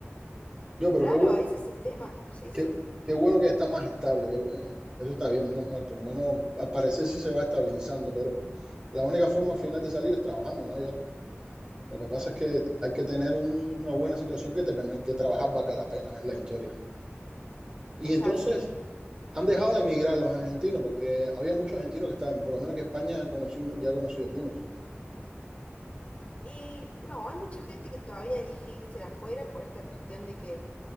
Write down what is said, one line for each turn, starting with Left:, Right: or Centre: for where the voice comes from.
Right: Yo, pero
Left: claro,
Right: qué bueno,
Left: ese es el tema, sí,
Right: qué,
Left: sí,
Right: qué bueno que está más estable, que, eh, eso está bien, menos mal, por lo menos al parecer sí se va estabilizando, pero la única forma al final de salir es trabajando, no hay otra. Lo que pasa es que hay que tener un- una buena situación que te permite que trabajar valga la pena, es la historia. Y
Left: es
Right: entonces,
Left: así.
Right: Han dejado de emigrar los argentinos porque había muchos argentinos que estaban, por lo menos que España conocí uno- ya conocí algunos.
Left: Y no, hay mucha gente que todavía elige irse afuera por esta cuestión de que